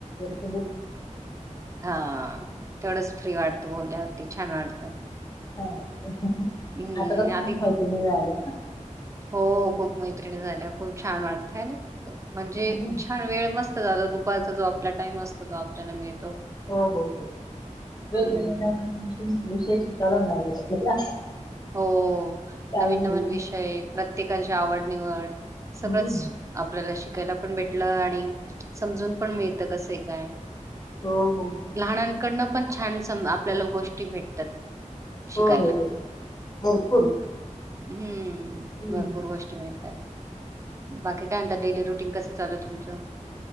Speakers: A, on the left; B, on the right.
A: म <unintelligible>
B: हा तेवढच फ्री वाटतं बोलल्यावरती छान वाटतं.
A: छान वाटते.
B: हम्म
A: आता तर खूप
B: अधिक
A: मैत्रिणी मिळाल्या.
B: हो खूप मैत्रिणी झाल्या खूप छान वाटतंय हैना. म्हणजे
A: हम्म.
B: छान वेळ मस्त जातो दुपारचा जो आपला टाइम असतो तो आपल्याला मिळतो.
A: हो हो हो वेगवेगळे
B: हम्म
A: नवनवीन विषय शिकायला मिळालेत आपल्याला.
B: हो
A: काही
B: नवीन
A: माहित
B: नवीन विषय
A: नाही.
B: प्रत्येकाची आवड निवड. सगळंच
A: हम्म.
B: आपल्याला शिकायला पण भेटलं आणि समजून पण मिळत कसंये काय?
A: हो हो हो
B: लहनांकडनं पण छान सम आपल्याला गोष्टी भेटतात. शिकायला
A: हो हो हो भरपूर
B: हम्म
A: हम्म.
B: भरपूर गोष्टी मिळतात बाकी काय म्हणता डेरी रुटींग कसं चालू आहे तुमचं?